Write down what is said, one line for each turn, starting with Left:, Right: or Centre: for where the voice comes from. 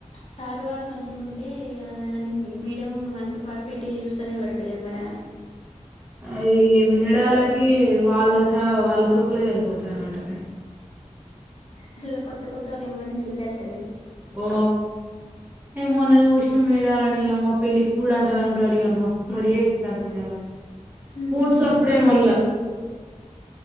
Left: సారు వాళ్ళు మంచిగుంటే అ దని మ్ మె దెం అంత పర్ఫెక్ట్ జూస్తనే వెట్లా ఏమ్మరి ఆమె
Right: అ యి మేడాలకి వాళ్ళ స వాళ్ళ సోకులె సరిపోతున్నటునయ్
Left: అసల్ కొత్త కొత్తోల్ ఎవ్వర్ని జూల్లే అస్
Right: పో ఏమో చూష్ మెడాలని అమ్మ పెళ్లిక్ కూడా అందగనం రెడిగారు మస్తూ రెడీ అయి ఒత్తారు మేడాలు అయితె
Left: ఉహు
Right: పుట్స్ అప్పుడె వల్ల